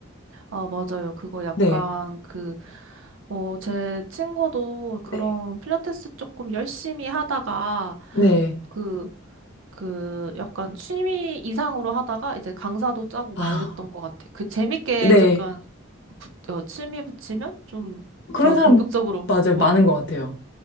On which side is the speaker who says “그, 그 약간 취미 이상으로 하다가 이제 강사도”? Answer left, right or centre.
Right